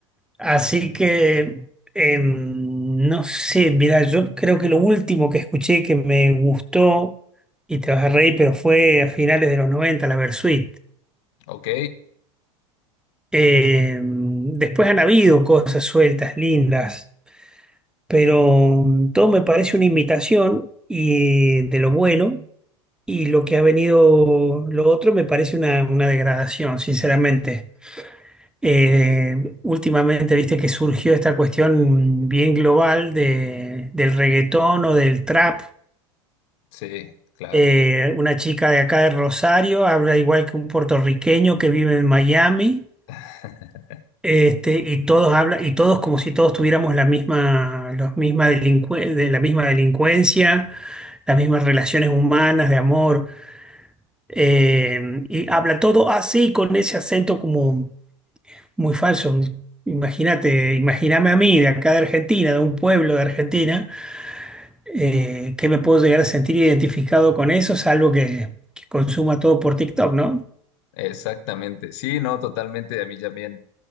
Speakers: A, in the centre; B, on the left.
A: Así que, em, no sé, mira, yo creo que lo último que escuché que me gustó, y te vas a reír, pero fue a finales de los 90, la Versuit.
B: Ok,
A: Em, después han habido cosas sueltas, lindas, pero todo me parece una imitación y de lo bueno, y lo que ha venido lo otro me parece una, una degradación, sinceramente. Eh, últimamente viste que surgió esta cuestión bien global de, del reggaetón o del trap.
B: sí, claro.
A: Eh, una chica de acá de Rosario habla igual que un puertorriqueño que vive en Miami,
B: <laughs>
A: este, y todos hablan, y todos como si todos tuviéramos la misma, los misma delincue- de la misma delincuencia, las mismas relaciones humanas de amor. Eh, y habla todo así, con ese acento como muy falso. Imagínate, imagíname a mí de acá de Argentina, de un pueblo de Argentina, eh, que me puedo llegar a sentir identificado con eso, salvo que, que consuma todo por TikTok, ¿no?
B: Exactamente, sí, no, totalmente, a mí también